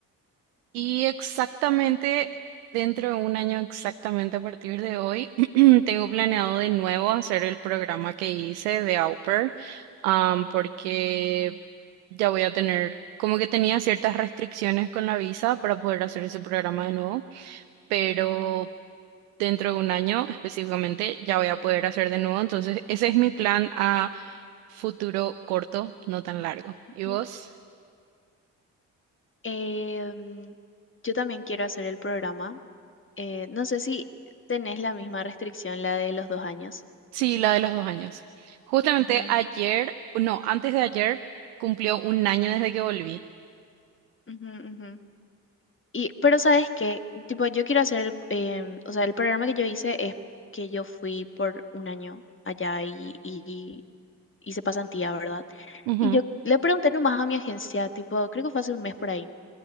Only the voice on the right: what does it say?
Y exactamente dentro de un año, exactamente a partir de hoy, <clears throat> tengo planeado de nuevo hacer el programa que hice de Au Pair, am, porque ya voy a tener, como que tenía ciertas restricciones con la visa para poder hacer ese programa de nuevo, pero dentro de un año específicamente ya voy a poder hacer de nuevo. Entonces, ese es mi plan a futuro corto, no tan largo.
¿Y vos?
Sí, la de los dos años. Justamente
ayer, no, antes de ayer, cumplió un año desde que volví.
Ujú,